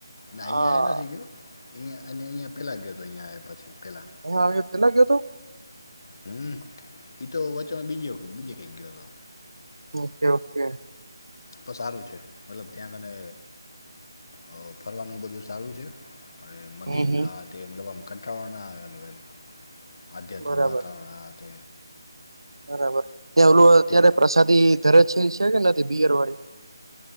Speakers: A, on the left; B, on the right.
A: ના
B: હા
A: અહીંયા એ નથી ગયો અહીંયા અને અહીંયા પેલાં ગ્યો તો અહીંયા આવ્યા પછી પહેલાં
B: હું આવ્યો એ પેહલા ગ્યો તો
A: હમ ઈતો વચન બીજ બીજે કઈક ગયો હતો.
B: Okay okay.
A: તો સારું છે મતલબ ત્યાં તને. ઓ ફરવાનું બધું સારું છે. <unintelligible> મંદિરના
B: હમ હમ
A: તે મતલબ કંટાળો ના આવે એમ. આધ્યાત્મિક
B: બરાબર
A: વાતાવરણ આ તે
B: બરાબર ત્યાં ઓલું અત્યારે
A: ત્યાં
B: પ્રસાદી ધરે છે. છે કે નથી બિયર વાળી.